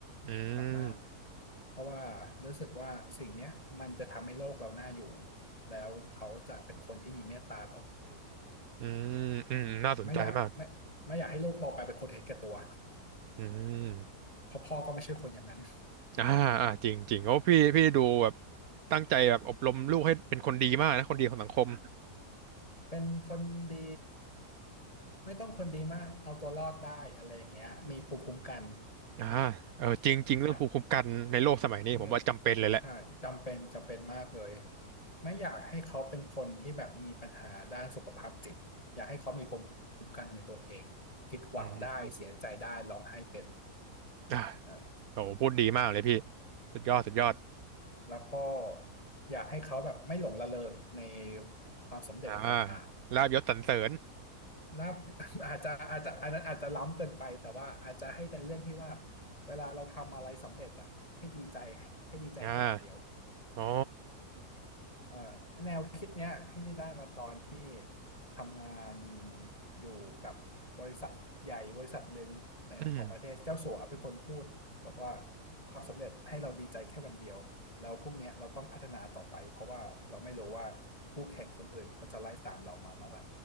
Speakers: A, on the right; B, on the left.
A: อืม
B: มากๆเพราะว่ารู้สึกว่าสิ่งเนี้ยมันจะทำให้โลกเราน่าอยู่แล้วเขาจะเป็นคนที่มีเมตตาต่อคนอื่น
A: อืมอืมน่าสนใจมาก
B: ไม่อยากไม่ไม่อยากให้ลูกโตไปเป็นคนเห็นแก่ตัว
A: อืม
B: เพราะพ่อก็ไม่ใช่คนอย่างนั้น
A: อ่าอ่าจริงจริงโอ้พี่พี่ดูแบบตั้งใจแบบอบรมลูกให้เป็นคนดีมากนะคนดีของสังคม
B: เป็นคนดีไม่ต้องคนดีมากเอาตัวรอดได้อะไรอย่างเงี้ยมีภูมิคุ้มกัน
A: อ่าเออจริงจริงเรื่องภูมิคุ้มกันในโลกสมัยนี้ผมว่าจำเป็นเลยแหละ
B: มะมีใช่จำเป็นจำเป็นมากเลยไม่อยากให้เขาเป็นคนที่แบบมีปัญหาด้านสุขภาพจิตอยากให้เขามีภูมิคุ้มกันในตัวเองผิดหวังได้เสียใจได้ร้องไห้เป็น
A: อืมอ่า
B: เออ
A: โอ้พูดดีมากเลยพี่สุดยอดสุดยอด
B: แล้วก็อยากให้เขาแบบไม่หลงระเริงในความสำเร็จต่าง
A: อ่าลาบยศสรรเสริญ
B: ลา <laughs> อาจจะอาจจะอันนั้นอาจจะล้ำเกินไปแต่ว่าอาจจะให้เป็นเรื่องที่ว่าเวลาเราทำอะไรสำเร็จอ่ะให้ดีใจให้ดีใจแค่วันเดียว
A: อ่าอ๋อ
B: เออแนวคิดเนี้ยพี่ได้มาตอนที่ทำงานอยู่กับบริษัทใหญ่บริษัทหนึ่งในของประเทศเจ้าสัวเป็นคนพูดบอกว่า
A: อืม
B: ความสำเร็จให้เราดีใจแค่วันเดียวแล้วพรุ่งเนี้ยเราต้องพัฒนาต่อไปเพราะว่าเราไม่รู้ว่าคู่แข่งคนอื่นเขาจะไล่ตามเรามาเมื่อไหร่